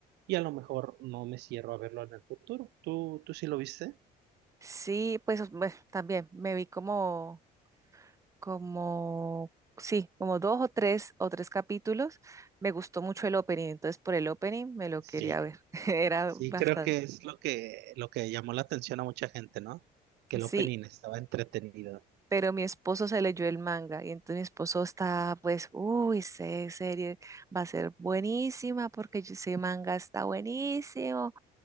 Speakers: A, on the right (about 80°); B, on the right (about 20°).
A: Y a lo mejor no me cierro a verlo en el futuro. ¿Tú, tú sí lo viste?
B: Sí, pues bueno, también me vi como, como, sí, como dos o tres o tres capítulos. Me gustó mucho el opening, entonces por el opening me lo
A: Sí,
B: quería ver. <laughs> Era
A: sí,
B: bastante.
A: creo que es lo que, lo que llamó la atención a mucha gente, ¿no? Que el
B: Sí,
A: opening estaba entretenido.
B: pero mi esposo se leyó el manga y entonces mi esposo está, pues, uy, esa serie va a ser buenísima porque yo- ese manga está buenísimo